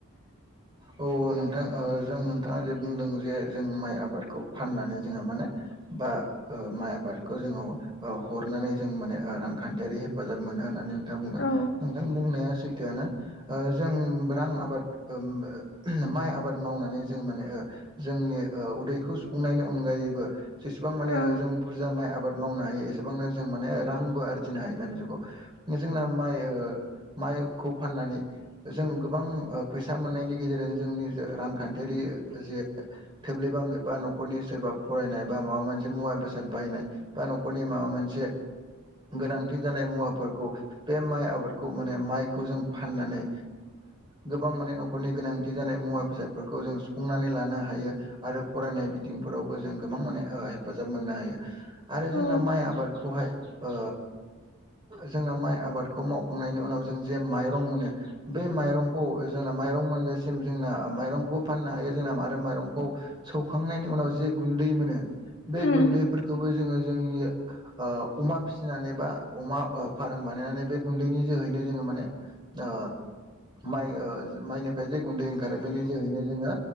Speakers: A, on the left (about 60°); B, on the right (about 20°).
A: <inaudible>
B: औ नोंथां ओ- जों नोंथाङा जे बुंदों जे जों माइ आबादखौ फाननानै जोंहा माने बा ओ माइ आबादखौ जोङो ओ हरनानै जों माने ओ रांखान्थियारि हेफाजाब मोनो होन नोंथाङा बुंदों
A: औ
B: नोंथां बुंनाया सैथोआनो जों रां आबाद उम ओ माइ आबाद मावनानै जोङो माने ओ जोंनि ओ उदैखौ सुफुंनायनि अनगायै बो जेसेबां माने
A: औ
B: जों बुरजा माइ आबाद मावनो हायो एसेबांनो जों माने रांबो आरजिनो हायो दानि जुगाव जोंना माइ ओ माइखौ फाननानै जों गोबां ओ फैसा मोननायनि गेजेरजोंनो जोंनि रांखान्थियारि जे थोब्लेबा बा न'खरनि सोरबा फरायनाय बा माबा मोनसे मुवा बेसाद बायनाय बा न'खरनि माबा मोनसे गोनांथि जानाय मुवाफोरखौ बे माइ आबादखौ माने माइखौ जों फाननानै गोबां माने न'खरनि गोनांथि जानाय मुवा बेसादफोरखौ जों सुफुंनानै लानो हायो आरो फरायनाय बिथिं फोरावबो जों गोबां माने हेफाजाब मोननो हायो आरो
A: औ
B: जोंना माइ आबाद खौहाय ओ जोंना माइ आबादखौ मावखांनायनि उनाव जों जे माइरं मोनो बे माइरं खौ जोंना माइरं मोनजासिम जोंना माइरंखौबो फाननो हायो जोंना आरो माइरंखौ सौखांनायनि उन नाव जे गुनदै मोनो बे
A: उम
B: गुनदैफोरखौबो जोंङो जोंनि ओ अमा फिसिनानै बा अमा फार्म बानायनानै बे गुनदैनि जोहैनो जोङो माने ओ माइ ओ माइनिफ्राय जे गुन्दै ओंखारो बेनि जोहैनो जोङो